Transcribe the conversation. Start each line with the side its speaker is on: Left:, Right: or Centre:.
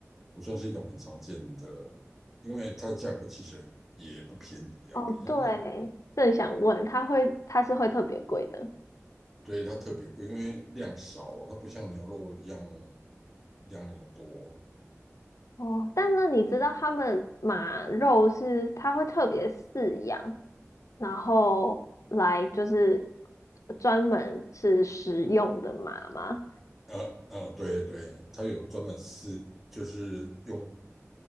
Centre: 不算是一种很常见的，因为它价格其实也不便宜啊，
Left: 哦，
Centre: 比那个
Left: 对，正想问，它会它是会特别贵的。
Centre: 对，它特别贵，因为量少啊它不像牛肉一样量那么多。
Left: 哦，但那你知道他们马肉是它会特别饲养，然后来就是专门是食用的麻吗？
Centre: 呃呃，对对，它有专门饲，就是用